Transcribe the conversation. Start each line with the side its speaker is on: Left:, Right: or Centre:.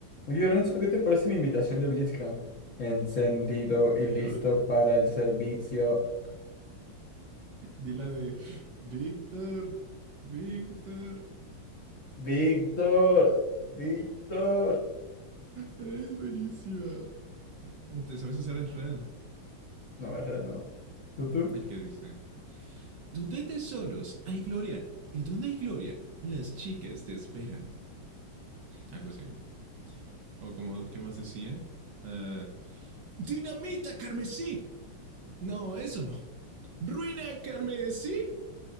Left: Oye, Renzo, ¿qué te parece mi imitación de Blitzcrank? Encendido y
Right: ¿De
Left: listo
Right: LOL?
Left: para el servicio.
Right: Di la de Víctor, Víctor.
Left: Víctor, Víctor.
Right: Es buenísima. Entonces a veces eres real.
Left: No, es real, ¿no? ¿Tú, tú?
Right: El que dice, ¿dónde hay tesoros? Hay gloria. ¿Y dónde hay gloria? Las chicas te esperan. Algo así. ¿no? O como, ¿qué más decía? Eh, Dinamita carmesí. No, eso no. Ruina carmesí.